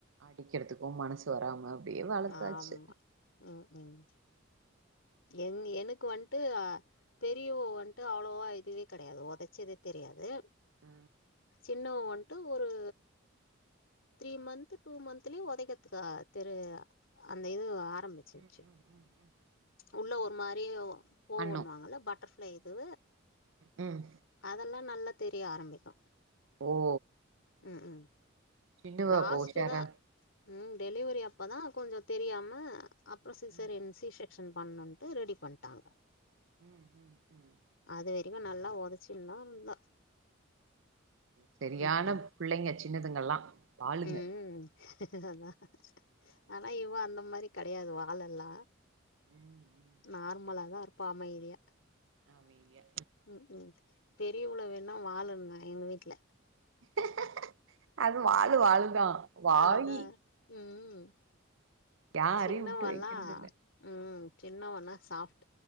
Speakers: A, on the right (about 65°); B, on the left (about 65°).
A: அடிக்கிறதுக்கு மனசு வராம அப்டியே வளத்தாச்சு
B: ஆமா ம் ம் என் எனக்கு வன்ட்டு அ பெரியவோ வன்ட்டு அவ்ளோவா இதுவே கெடயாது உதச்சதே தெரியாது
A: அ
B: சின்னவோ வன்ட்டு ஒரு த்ரீ மந்த் டூ மந்த்லயே உதக்கத்துக்கு தெரு அந்த இது ஆரம்பிச்சிருச்சு
A: ம் ம் ம் ம்
B: உள்ள ஒரு மாரியே போவண்ணுவாங்கல்ல
A: பண்ணு
B: பட்டர்ஃபிளை இது
A: ம்
B: அதெல்லா நல்லா தெரிய ஆரம்பிக்கோ
A: ஓ
B: ம் ம்
A: சின்னவ
B: லாஸ்டு
A: அப்ப உஷாரா
B: தா ம் டெலிவரி அப்பதா கொஞ்சோ தெரியாம அப்றோ சீசரியன்
A: ம்
B: சி ஷெக் ஜென் பண்ணுன்ட்டு ரெடி பண்ட்டாங்க
A: உம் உம் உம்
B: அது வரைக்கு நல்லா ஒதச்சுனுந்தா இருந்தா
A: சேரியான
B: ம் ம்
A: பிள்ளைங்க சின்னதுங்கள்ளா வாளுங்க
B: ம் அதா ஆனா இவா அந்த மாரி கிடயாது வாலெல்லா
A: ம் ம்
B: நார்மலாதா இருப்பா அமைதியா
A: அமைதியா
B: ம் ம் பெரியுவுள வேணா வாலும்பே எங்க வீட்ல
A: ம் அது வாலு வாலுதா வாயி
B: அதா ம்
A: யாரையு
B: சின்னவல்லா
A: வுட்டு வைக்கன்தில்ல
B: ம் சின்னவண்ணா சாப்ட்